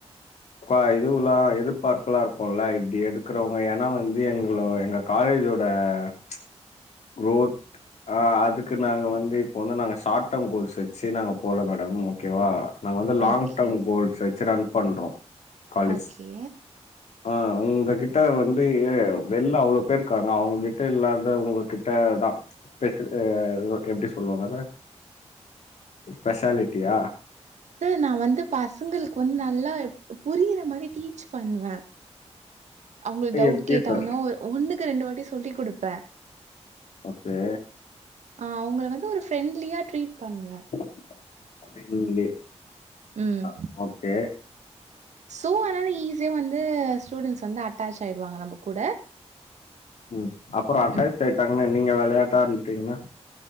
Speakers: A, on the left; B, on the right.
A: குவா இதுவுல்லா எதிர்பார்ப்பெல்லா இருக்குல்ல இப்டி எடுக்கறவங்க ஏனா வந்து எங்ளோ எங்க காலேஜோட ச் குரோத் அ ஆ அதுக்கு நாங்க வந்து இப்போ வந்து நாங்க ஷார்ட் டேம் கோர்ஸ் வச்சு நாங்க போல மேடம் ஓகேவா நாங்க வந்து லாங்
B: ஓகே
A: டேர்ம் கோல்ஸ் வெச்சி ரன் பண்றோ காலேஜ்
B: ஓகே
A: ஆ உங்ககிட்ட வந்து வெள்ள அவ்ளோ பேர்க்காங்க அவங்ககிட்ட இல்லாத உங்க கிட் டதா பெஷிலி எப்டி சொல்லுவாங்க அத பெஷாலிட்டியா
B: சார் நா வந்து பசங்களுக்கு வந்து நல்லா புரியற மாரி டீச் பண்ணுவே அவுங்ளுக் டவுட்
A: எப்டி
B: கேட்டாங்கன்னா
A: சொல்
B: ஒன்னுக்கு ரெண்டு வாட்டி சொல்லி குடுப்பே
A: ஓகே
B: ஆ அவ்ங்கள வந்து ஒரு ஃப்ரெண்ட்லியா ட்ரீட் பண்ணுவே
A: <unintelligible>
B: ம்
A: ஆ ஓகே
B: சோ அதனால ஈஸியா வந்து ஸ்டூடெண்ட்ஸ் வந்து அட்டாச் ஆயிடுவாங்க நம்ம கூட
A: ம் அப்பறோ அட்டாயச்
B: ம்
A: ஆயிட்டாங்கன்னா நீங்க விளையாட்டா இருந்துட்டீங்னா